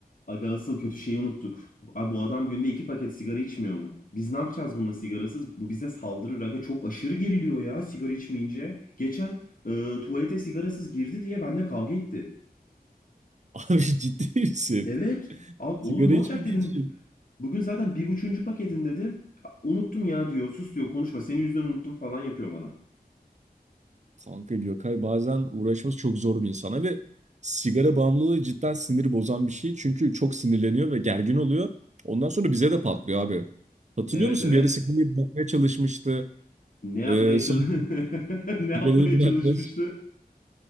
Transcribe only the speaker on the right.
<laughs> Abi ciddi misin?
Sigara
içmediği
için.
Kanka Gökay bazen uğraşması çok zor bir insana ve sigara bağımlılığı cidden siniri bozan bir şey. Çünkü çok sinirleniyor ve gergin oluyor. Ondan sonra bize de patlıyor abi. Hatırlıyor
musun?
Bir ara sigarayı bırakmaya çalışmıştı.
Ee,
sonra
sigarayı bırakmaya,
<laughs>